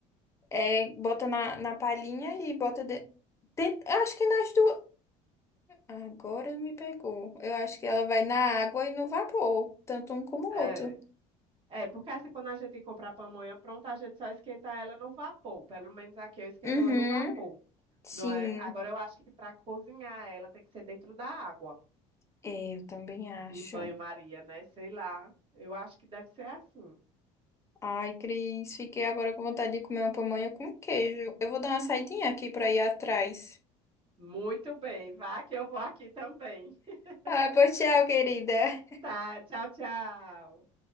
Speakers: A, on the left; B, on the right.
A: É, bota na, na palhinha e bota. De... Tem- eu Acho que nas duas. Agora me pegou. Eu acho que ela vai na água e no vapor, tanto um como o
B: É.
A: outro.
B: É, porque assim, quando a gente compra a pamonha pronta, a gente só esquenta ela no vapor. Pelo menos aqui eu esquento
A: Uhum,
B: ela no vapor,
A: sim.
B: não é? Agora eu acho que para cozinhar ela tem que ser dentro da água,
A: É, eu também acho.
B: em banho-maria, né? Sei lá. Eu acho que deve ser assim.
A: Ai, Cris, fiquei agora com vontade de comer uma pamonha com queijo. Eu vou dar uma saidinha aqui pra ir atrás.
B: Muito bem, vá que eu vou aqui também. <laughs>
A: Ah, pois tchau, querida.
B: Tá, tchau, tchau.